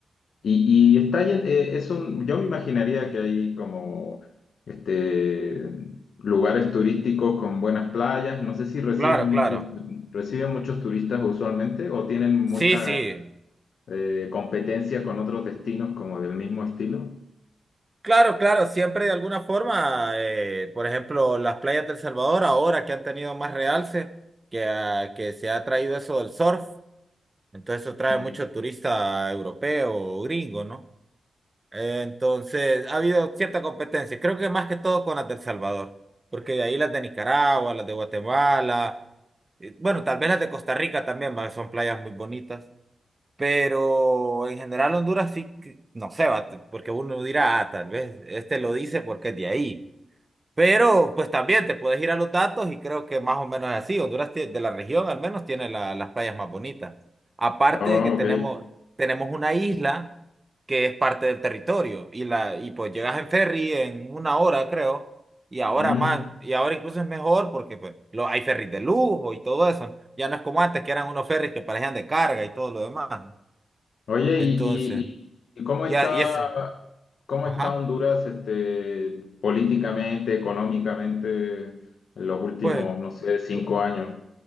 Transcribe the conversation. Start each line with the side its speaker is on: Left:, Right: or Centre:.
Left: Y, y está llen- eh, es un... Yo me imaginaría que hay como este, lugares turísticos con buenas playas. No sé si reciben
Right: claro,
Left: muchos,
Right: claro.
Left: reciben muchos turistas usualmente o tienen mucha
Right: Sí, sí.
Left: eh, competencia con otros destinos como del mismo estilo.
Right: Claro, claro, siempre de alguna forma, eh, por ejemplo, las playas del Salvador ahora que han tenido más realce, que, ah, que se ha traído eso del surf, entonces eso trae
Left: Mm.
Right: mucho turista europeo o gringo, ¿no? Eh, entonces ha habido cierta competencia, creo que más que todo con las del Salvador, porque de ahí las de Nicaragua, las de Guatemala, eh, bueno, tal vez las de Costa Rica también, va, son playas muy bonitas. Pero en general Honduras sí, que- no sé, va, t- porque uno dirá, ah, tal vez este lo dice porque es de ahí. Pero pues también te puedes ir a los datos y creo que más o menos es así. Honduras tie- de la región al menos tiene la- las playas más bonitas. Aparte
Left: Oh,
Right: de que tenemos,
Left: ok.
Right: tenemos una isla que es parte del territorio y, la, y pues llegas en ferry en una hora, creo. Y ahora
Left: Mm.
Right: más, y ahora incluso es mejor porque pues lo, hay ferries de lujo y todo eso. Ya no es como antes que eran unos ferries que parecían de carga y todo lo demás.
Left: Oye,
Right: Entonces,
Left: y, y, y- ¿Y cómo
Right: ya,
Left: está
Right: y ese,
Left: ¿Cómo
Right: ajá,
Left: está Honduras, este, políticamente, económicamente, en los últimos,
Right: pues,
Left: no sé, cinco
Right: pu-
Left: años?